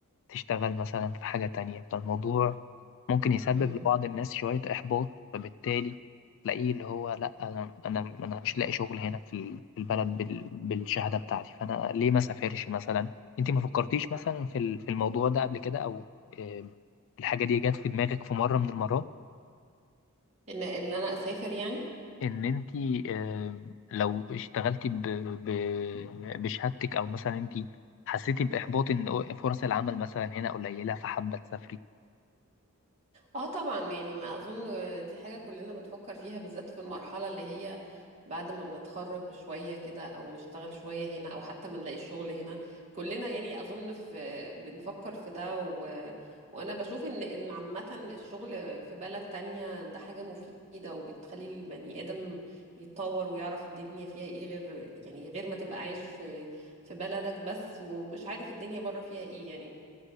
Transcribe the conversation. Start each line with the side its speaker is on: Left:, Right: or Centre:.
Left: تشتغل مثلا في حاجة تانية فالموضوع ممكن يسبب
Right: مم.
Left: لبعض الناس شوية إحباط فبالتالي تلاقيه اللي هو لأ أنا أنا أنا مش لاقي شغل هنا في ال- في البلد بال- بالشهادة بتاعتي فأنا ليه ما سافرش مثلا أنت ما فكرتيش مثلا في ال- في الموضوع ده قبل كده أو آه، الحاجة دي جت في دماغك في مرة من المرات
Right: ان ان انا اسافر يعني
Left: إن أنت آه، لو اشتغلتي ب- ب- بشهادتك أو مثلا أنت حسيتي بإحباط إن فرص العمل مثلا هنا قليلة فحابة تسافري
Right: اه طبعا يعني ما اظن دي حاجه كلنا بنفكر فيها بالذات في المرحله اللي هي بعد ما بنتخرج بشويه كده او نشتغل شويه هنا او حتى ما نلاقي شغل هنا كلنا يعني اظن في بنفكر في ده و... وانا بشوف ان ال- عامه الشغل في بلد تانية ده حاجه مفيده وبتخلي البني ادم يتطور ويعرف الدنيا فيها ايه غير يعني غير ما تبقى عايش في في بلدك بس ومش عارف الدنيا بره فيها ايه يعني